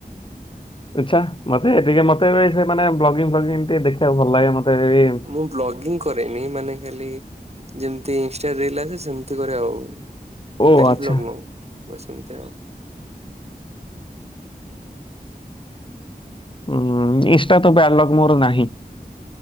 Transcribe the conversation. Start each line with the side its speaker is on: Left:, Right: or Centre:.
Left: ଆଚ୍ଛା ମତେ ଟିକେ ମତେ ବ୍ଲଗ୍ ଫ୍ଲଗୀଙ୍ଗଟେ ଦେଖିବାକୁ ଭଲ ଲାଗେ ମତେ ବ
Right: ମୁଁ ବ୍ଲଗିଙ୍ଗ କରେନି ମାନେ ଖାଲି ଯେମତି ଇନଷ୍ଟ ରିଲ ଆସେ ସେମିତି କରେ ଆଉ।
Left: ଓ
Right: ଡେଲି
Left: ଆଚ୍ଛା
Right: ବ୍ଲଗ ନୁହଁ ବାସ ସେମିତି ଆଉ।
Left: ଉଁ ଇଷ୍ଟା ତ ବେଡ୍ ଲଗ୍ ମୋର ନାହିଁ।